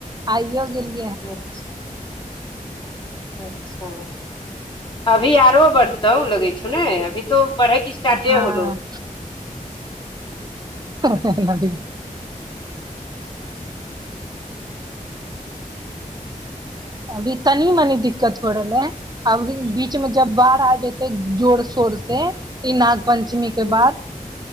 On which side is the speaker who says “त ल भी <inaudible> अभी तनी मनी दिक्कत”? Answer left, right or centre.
Right